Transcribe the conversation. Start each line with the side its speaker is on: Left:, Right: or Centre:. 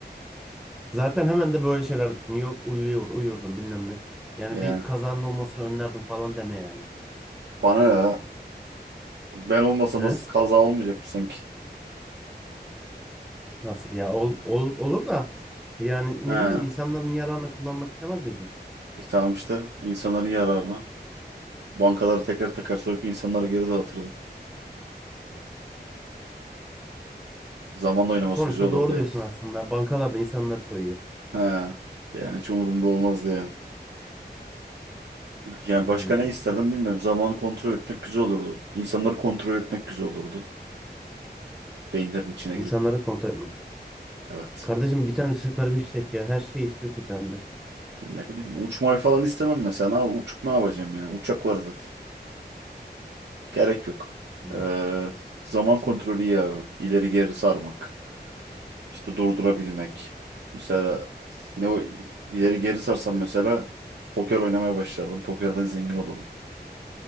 Centre: zaten hemen de böyle şeyler düşünüyorum. Yok uyuyor, uyurdum bilmem ne. Yani
Right: Yani
Centre: bir kazanın olmasını önlerdim falan deme yani.
Right: bana ne ya? Ben olmasam
Centre: He?
Right: nasıl kaza olmayacak mı sanki?
Centre: Nasıl ya? Ol, ol- olur da yani
Right: He.
Centre: ne bileyim insanların yararına kullanmak istemez miydin?
Right: E tamam işte insanların yararına. Bankaları teker teker soyup insanları geri dağıtırdım. Zamanla oynaması
Centre: Sonuçta
Right: güzel olur
Centre: doğru
Right: diye.
Centre: diyorsun aslında. Bankalarda insanları soyuyor.
Right: He. Yani hiç umurumda olmaz diye. Yani
Centre: Hmm.
Right: başka ne isterdim bilmiyorum. Zamanı kontrol etmek güzel olurdu. İnsanları kontrol etmek güzel olurdu. Beyinlerin içine girip.
Centre: İnsanlara kontak etmek.
Right: Evet.
Centre: Kardeşim bir tane süper güç seç ya. Her şeyi istiyorsun sen de.
Right: Yani ne bileyim. Uçmayı falan istemem mesela. Ne yap- uçup ne yapacağım yani? Uçak var zaten. Gerek yok.
Centre: Hmm.
Right: Ee, zaman kontrolü iyi abi. İleri geri sarmak. İşte durdurabilmek. Mesela ne o ileri geri sarsam mesela poker oynamaya başlardım. Pokerden zengin olurdum.